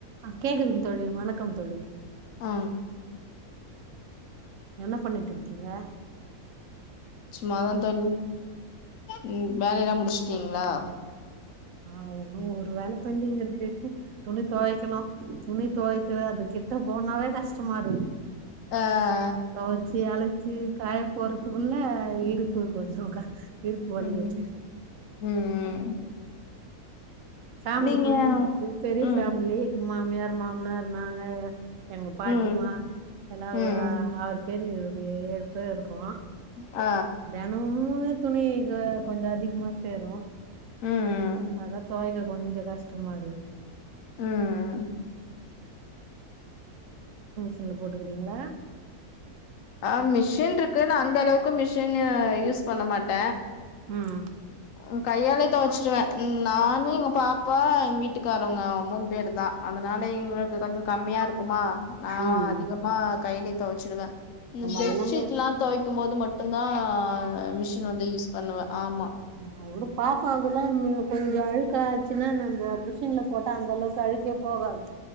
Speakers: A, on the right (about 70°); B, on the left (about 65°).
A: ஆ கேக்குதுங்க தோழி வணக்கம் தோழி
B: ஆ
A: என்ன பண்ணிட்ருக் கிங்க
B: சும்மா தா தோழி ம் வேலையெல்லா முடிச்ட்டீங்ளா
A: ஆ ஒன்னு ஒரு வேல பெண்டிங் இருக்கு துணி தொவைக்கனு துணி தொவை கு அது கிட்ட போனாவே கஷ்டமாருக்
B: ஆ
A: தொவச்சி அலசி காய போறதுக்குல்ல அ இடுப்பு கொஞ்சோக்கா இடுப்பு வலி
B: ம்
A: வச்சி
B: ம்
A: ஃபேமிலி
B: நீங்க
A: கொஞ்சோ பெரிய
B: ம்
A: ஃபேமிலி மாமியார் மாமனார் நாங்க எங்க பாட்டிமா
B: ம்
A: எல்லா ஒரு
B: ம்
A: ஆ ஆறு பேரு ஏ ஏழு பேர்ருக்கோ
B: ஆ
A: தெனமுமே துணி கொ கொஞ்ச அதிகமா சேரு
B: ம் ம்
A: அதா தொவைக்க கொஞ்சோ கஷ்டமாருக்கு
B: ம்
A: இதுல போட்டுக்கிறீங்ளா
B: ஆ மிஷின்ருக்கு நா அந்த அளவுக்கு மிஷினு யூஸ் பண்ண மாட்ட
A: ம்
B: ம் கையாலே தொவச்சிருவே நானு எங்க பாப்பா எங்க வீட்டுக்காரவுங்க அவ மூணு பேருதா அதனால எங்களுக்கு கொஞ்சோ கம்மியாருக்குமா நா
A: ம்
B: அதிகமா கையிலயே தொவச்சிருவே இந்த
A: ஆமா
B: பெச்ஷீட்லா
A: அதெல்லாம
B: தொவைக்கு போது மட்டுந்தா மிஷின் வந்து யூஸ் பண்ணுவே ஆமா
A: அத வுடு பாப்பாதெல்லா கொஞ்சோ அழுக்காச்சினா நம்போ மிஷின்ல போட்டா அந்த அளவுக்கு அழுக்கே போகாது